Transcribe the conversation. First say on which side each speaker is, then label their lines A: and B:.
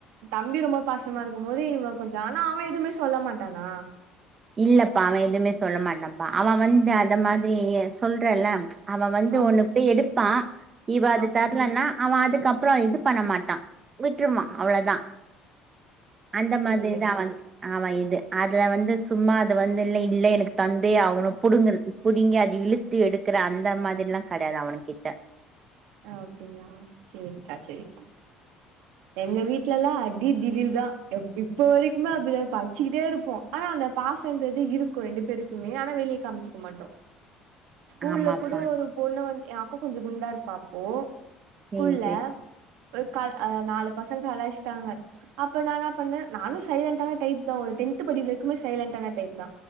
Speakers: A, on the right; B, on the right.
A: தம்பி ரொம்பப் பாசமா இருக் கும்போது இவ கொஞ்சொ ஆனா அவ எதுவுமே சொல்ல மாட் டானா
B: இல்லப்பா அவ எதுவுமே சொல்ல மாட்டான்ப்பா அவன் வந்து அத மாதிரி சொல்றல்ல ம்ச். அவ வந்து
A: ஆம்
B: உனக்கு எடு. பா. இவ அது
A: ஆ
B: தர்லன்னா. அவ அதுக்கப்புறோ இது பண்ண மாட்டா விட்டுருவா அவ்வளவுதா அந்த மாதிரி
A: புரியுதுக்கா
B: தா அவன் அவன் இது. து அதுல வந்து சு. சும்மா அத வந்துல்லா இல்லை எனக்கு தந்தே அவனு புடுங்குறது புடுங்கி அது இழுத்து எடுக்கற அந்த மாதிரில்லா கெடையாது அவனு கிட்ட.
A: அப்படிங்களா சரிக்கா சரிக்கா. எங்க வீட்ல எல்லா அடி திடில் தா அப் இப்ப வரைக்குமே அப்படிதா இருப்போ அடிச்சுக்கிட்டே இருப்போ ஆனா அந்த பாசன்றது இருக்கு ரெண்டு பேருக்குமே ஆனா வெளியே காமிச்சுக்க மாட்டோ ஸ்கூல்ல
B: ஆமாப்பா
A: கூட ஒரு பொண்ணு வந்து யாக்கோ. கொஞ்சு குண்டா இருப்பா. அப்போ ஸ்கூல்ல.
B: சேரி சேரி
A: க் நாலு பசங்க கலாச்சிட்டாங்க அப்ப நா என்ன பண்ணே நானு சைலண்டான டைப் தா ஒரு டென்த் படிக்கிறதுக்குமே சைலண்ட்டான டைப் தா